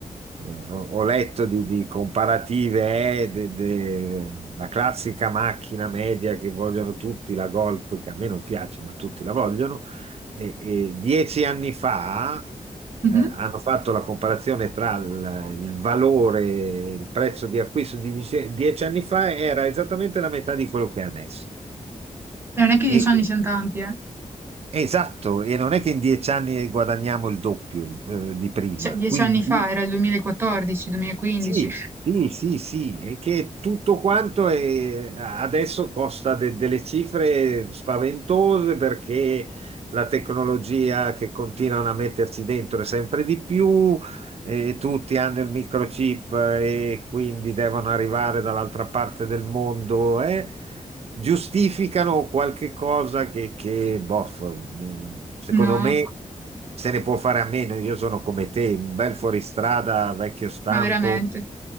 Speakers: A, on the right; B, on the right.
A: eh, ho, ho letto di, di comparative, eh, de- de- la classica macchina media che vogliono tutti, la Golf, che a me non piace, ma tutti la vogliono, e, e dieci anni fa
B: Mhm.
A: eh, hanno fatto la comparazione tra il, il valore, il prezzo di acquisto di dieci, dieci anni fa era esattamente la metà di quello che è adesso.
B: E non è che
A: E-
B: dieci anni siano tanti, eh.
A: esatto, e non è che in dieci anni guadagniamo il doppio, eh, di prima.
B: Cioè, dieci
A: Quindi
B: anni fa era il 2014, 2015.
A: Sì, sì, sì, sì, è che tutto quanto è- adesso costa de- delle cifre spaventose perché la tecnologia che continuano a metterci dentro è sempre di più, e tutti hanno il microchip eh, e quindi devono arrivare dall'altra parte del mondo e giustificano qualche cosa che, che bof, mm, secondo
B: No,
A: me se ne può fare a meno. Io sono come te, un bel fuoristrada vecchio stampo
B: ma veramente.